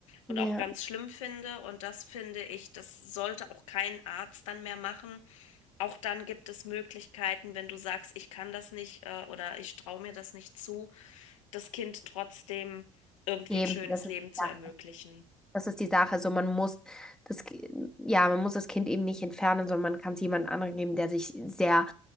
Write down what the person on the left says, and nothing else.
und auch ganz schlimm finde. Und das finde ich, das sollte auch kein Arzt dann mehr machen, auch dann gibt es Möglichkeiten, wenn du sagst, ich kann das nicht äh, oder ich traue mir das nicht zu, das Kind trotzdem irgendwie
ein schönes
Leben
zu ermöglichen.